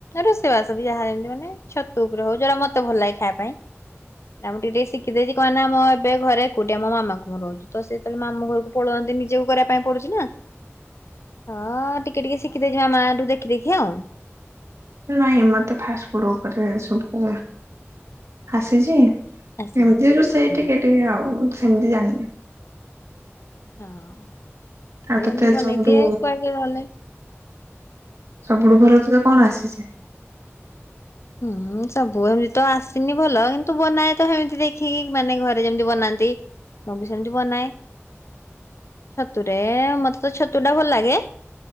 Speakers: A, on the left; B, on the right.
A: ରୋଷେଇବାସ ବି ଯାହା ଯେମିତି ମାନେ ଛତୁ ଉପରେ ହଉ ଯଉଟା ମତେ ଭଲ ଲାଗେ ଖାଇବା ପାଇଁ। ନା ମୁଁ ଟିକେ ଟିକେ ଶିଖିଦେଇଛି କହ ନା ମୋ ଏବେ ଘରେ କଉଠି ମୋ ମାମାକୁ ମୁଁ ରହୁଛି ତ ସେତେବେଳେ ମାମୁ ଘରକୁ ପଳାନ୍ତି। ନିଜକୁ କରିବା ପାଇଁ ପଡୁଛି ନା। ହଁ ଟିକେ ଟିକେ ଶିଖିଦେଇଯିବା ମାଆଠୁ ଦେଖି ଦେଖି ଆଉ।
B: ନାଇଁ ମତେ ଫାଷ୍ଟ ଫୁଡ ଉପରେ ସବୁ ଆସିଛି।
A: ଆସିଛି।
B: ଏମିତି ରୋଷେଇ
A: ହୁଁ
B: ଟିକେ ଟିକେ ଆଉ ସେମିତି ଜାଣିନି।
A: ହଁ ମୁ
B: ଆଉ
A: ବି
B: ତୋତେ
A: ଏମତି ବନେଇଦିଏ
B: ସବୁଠୁ
A: କୁଆଡେ କିଏ ଗଲେ।
B: ସବୁଠୁ ଭଲ ତତେ କଣ ଆସିଛେ?
A: ହୁଁ ସବୁ ଏମତି ତ ଆସିନି ଭଲ କିନ୍ତୁ ବନାଏ ତ ହେମତି ଦେଖିକି ମାନେ ଘରେ ଯେମିତି ବନାନ୍ତି। ମୁଁ ସେମିତି ଵନାଏ। ଛତୁରେ ମତେ ତ ଛତୁଟା ଭଲ ଲାଗେ।